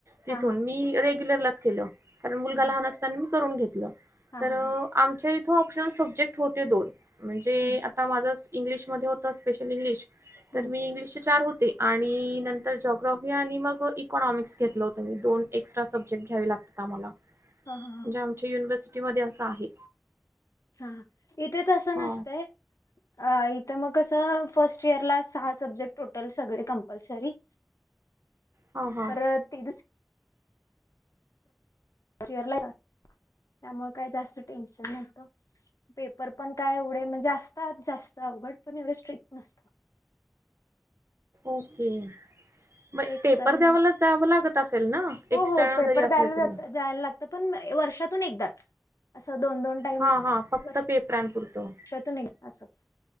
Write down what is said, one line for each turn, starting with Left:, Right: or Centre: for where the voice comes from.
Right: तिथून
Left: हा हा
Right: मी रेग्युलरलाच केलं कारण मुलगा
Left: हा हा
Right: लहान असताना मी करून घेतलं
Left: हा
Right: तर
Left: हा हा
Right: आमच्या इथं ऑप्शनल सब्जेक्ट होते दोन म्हणजे
Left: हम्म
Right: आता माझं इंग्लिशमध्ये होतं स्पेशल इंग्लिश
Left: हा
Right: तर मी इंग्लिश चे चार होते. आणि नंतर जॉग्राफी आणि मग इकॉनॉमिक्स घेतलं होतं मी दोन एक्स्ट्रा सब्जेक्ट घ्यावे लाग ता आम्हाला म्हणजे
Left: हा हा
Right: आमच्या युनिव्हर्सिटी मध्ये असं आहे.
Left: हा इथे तसं
Right: हा
Left: नसतंय. अ इथं मग कसं फर्स्ट इयर ला सहा सब्जेक्ट टोटल सगळे कंपल्सरी.
Right: हा हा
Left: परत ती दुस <unintelligible> आहे त्यामुळे काही जास्त टेन्शन नव्हतं. पेपर पण काय एवढे म्हणजे असतात जास्त अवघड पण एवढे स्ट्रिक्ट नसतं.
Right: ओके म
Left: ते एक्स्टर्नलच
Right: पेपर द्यावाला जावं लागत असेल ना.
Left: हो
Right: एक्स्टर्नल
Left: हो पेपर
Right: जरी असले
Left: द्यायला
Right: तरी
Left: जातं जायला लागतं पण वर्षातून एकदाच असं दोन-दोन टाइम
Right: हा हा फक्त
Left: <inaudible> वर्षातून
Right: पेपरांपुरतं
Left: एकदाच असच.